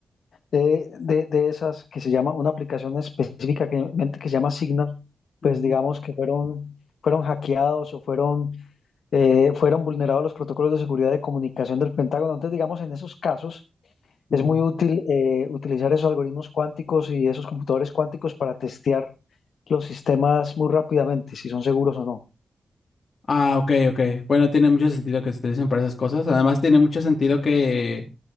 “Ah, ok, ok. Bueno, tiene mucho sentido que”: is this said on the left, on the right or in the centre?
Left